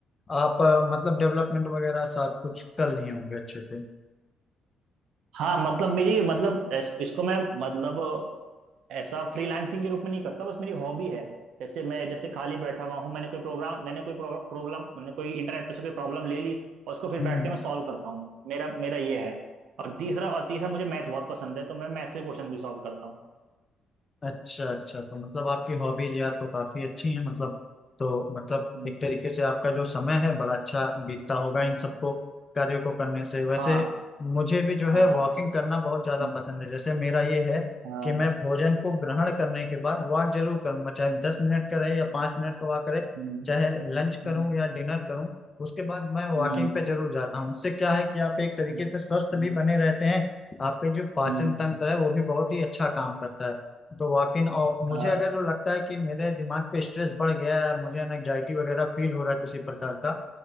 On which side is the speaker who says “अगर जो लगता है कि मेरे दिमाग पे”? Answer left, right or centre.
Left